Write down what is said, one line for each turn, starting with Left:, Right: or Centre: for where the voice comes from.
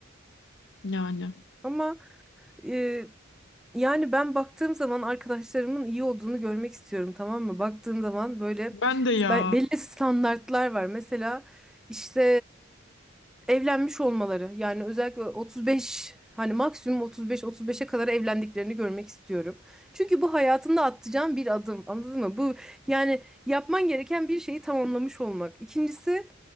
Left: Yani.
Centre: Ama e, yani ben baktığım zaman arkadaşlarımın iyi olduğunu görmek istiyorum tamam mı? Baktığım zaman böyle
Left: Ben de ya.
Centre: be- belli standartlar var. Mesela işte e, evlenmiş olmaları yani özellikle 35 hani maksimum 35-35'e kadar evlendiklerini görmek istiyorum. Çünkü bu hayatında atacağın bir adım anladın mı? Bu yani yapman gereken bir şeyi tamamlamış olmak. İkincisi